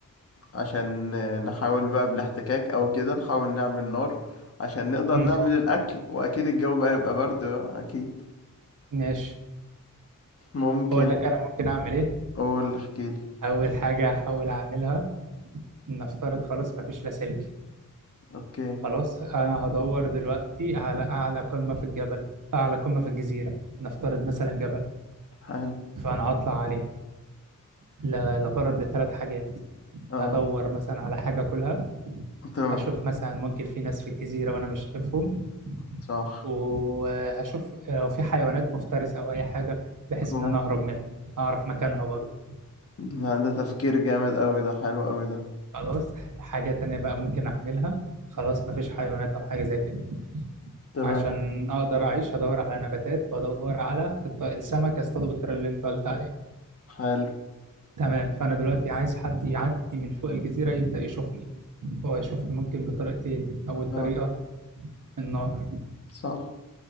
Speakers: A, on the left; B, on the right.
A: عشان نحاول بقى بالاحتكاك أو كده نحاول نعمل نار عشان نقدر
B: مم.
A: نعمل الأكل وأكيد الجو بقى يبقى برد بقى أكيد
B: ماشي
A: ممكن
B: اقول لك انا ممكن اعمل ايه
A: قول احكيلي
B: اول حاجة هحاول اعملها ان افترض خلاص مفيش لاسلكي
A: أوكي
B: خلاص انا هدور دلوقتي على اعلى قمة في الجبل اعلى قمة في الجزيرة نفترض مثلا جبل
A: حلو
B: فانا هطلع عليه ل- لغرض لثلاث حاجات
A: أه
B: هدور مثلا على حاجة كلها
A: تمام
B: هشوف مثلا ممكن في ناس في الجزيرة وأنا مش شايفهم
A: صح
B: وهشوف لو في حيوانات مفترسة أو أي حاجة بحيث
A: أوه.
B: إن أنا أهرب منها أعرف مكانها برضه
A: لا ده تفكير جامد أوي ده حلو أوي ده
B: خلاص حاجة تانية بقى ممكن أعملها خلاص مفيش حيوانات أو حاجة زي كده
A: تمام
B: عشان أقدر أعيش هدور على نباتات وأدور على الط- السمك أصطاده بالطريقة اللي أنت قلت عليها
A: حلو
B: تمام فأنا دلوقتي عايز حد يعدي من فوق الجزيرة يبدأ يشوفني هو يشوفني ممكن بطريقتين أول
A: أه
B: طريقة النار
A: صح